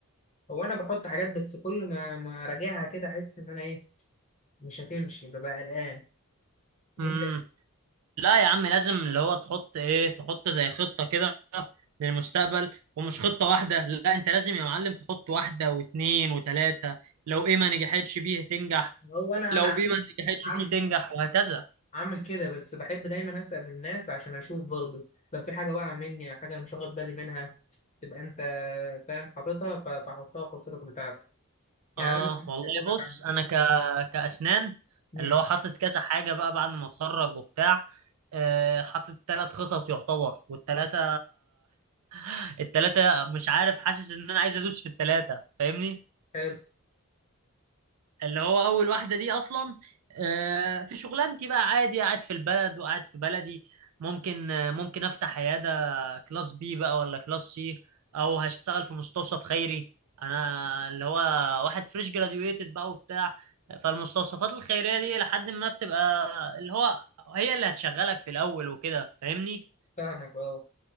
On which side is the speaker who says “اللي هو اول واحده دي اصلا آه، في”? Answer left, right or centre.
Right